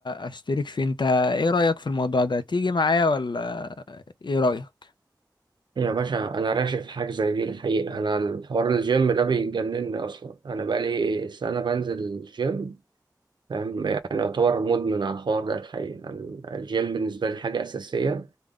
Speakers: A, on the left; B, on the right.
A: أشترك فيه أنت إيه رأيك في الموضوع ده تيجي معايا ولا إيه رأيك؟
B: يا باشا أنا راشق في حاجة زي دي الحقيقة أنا الحوار الجيم ده بيجنني أصلا أنا بقالي سنة بنزل الجيم فاهم يعني يعتبر مدمن على الحوار ده الحقيقة الجيم بالنسبة لي حاجة أساسية